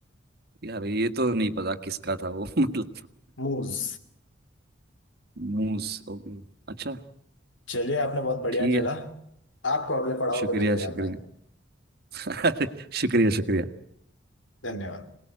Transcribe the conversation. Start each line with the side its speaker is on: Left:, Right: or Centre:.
Right: यार ये तो नहीं पता किसका था वो <laughs> मतलब
Left: मूज
Right: मूस ओके अच्छा
Left: चलिए आपने बहुत बढ़िया
Right: ठीक
Left: खेला
Right: है
Left: आपको अगले पड़ाव
Right: शुक्रिया
Left: पे भेजा जाता
Right: शुक्रिया
Left: है
Right: <laughs> अरे शुक्रिया शुक्रिया
Left: धन्यवाद